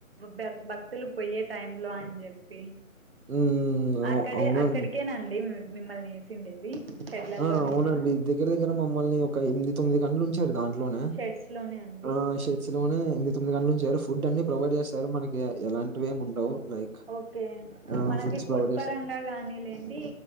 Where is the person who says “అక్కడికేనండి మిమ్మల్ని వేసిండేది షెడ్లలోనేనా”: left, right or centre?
Right